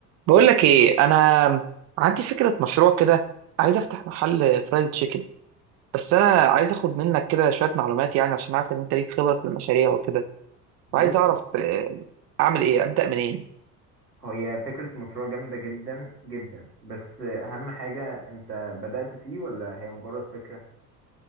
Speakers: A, on the right; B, on the right.
A: بقول لك ايه انا عندي فكره مشروع كده عايز افتح محل فرايد تشيكن بس انا عايز اخد منك كده شويه معلومات يعني عشان عارف ان انت ليك خبره في المشاريع وكده
B: بص
A: وعايز اعرف آه، اعمل ايه ابدا منين
B: هي فكرة مشروع جامدة جدا جدا بس أهم حاجة أنت بدأت فيه ولا هي مجرد فكرة؟